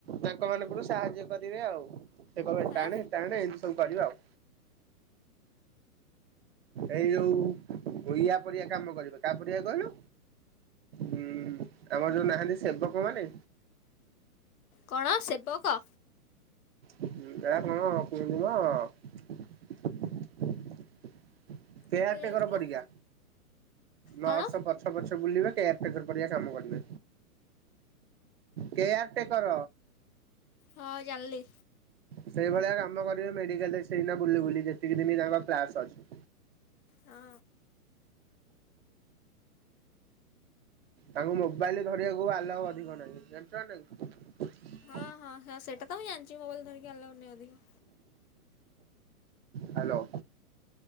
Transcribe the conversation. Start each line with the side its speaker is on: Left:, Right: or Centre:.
Right: ତାଙ୍କ ମାନଙ୍କଠୁ ସାହାଯ୍ୟ କରିବେ ଆଉ। ସେ କହିବ
Left: ଆଁ
Right: ଟାଣେ ଟାଣେ ଏମିତି ସବୁ କରିବା ଆଉ। ଏଇ ଯୋଉ ଇୟା ପରିକା କାମ କରିବେ କା ପରିକା କହିଲୁ ହୁଁ ଆମର ଯୋଉ ନାହାନ୍ତି ସେବକ ମାନେ।
Left: କଣ ସେବକ?
Right: ଉଁ ଏହା କଣ। <unintelligible> କେୟାର
Left: ଇଏ କୁଆଡ଼େ
Right: ଟେକର
Left: ଯାଉଛି କିଲୋ
Right: ପରିକା। ନର୍ସ
Left: କଣ
Right: ପଛ ପଛ ବୁଲିବେ କେୟାରଟେକର ପରିକା କାମ କରିବେ। Caretaker.
Left: ହଁ ଜାଣିଲି।
Right: ସେଇଭଳିଆ କାମ କରିବେ ମେଡିକାଲରେ ସେଇନା ବୁଲି ବୁଲି ଯେତିକି ଦିନି ତାଙ୍କ କ୍ଲାସ ଅଛି।
Left: ହଁ
Right: ତାଙ୍କୁ ମୋବାଇଲି ଧରିବାକୁ ଆଲାଓ ଅଧିକ ନାହିଁ, ଜାଣିଛ ନାଇଁ।
Left: ହଁ ହଁ ହଁ ସେଟା ତ ମୁଁ ଜାଣିଛି ମୋବାଇଲ ଧରିକି ଆଲାଓ ନାଇଁ ଅଧିକ।
Right: ହ୍ୟାଲୋ।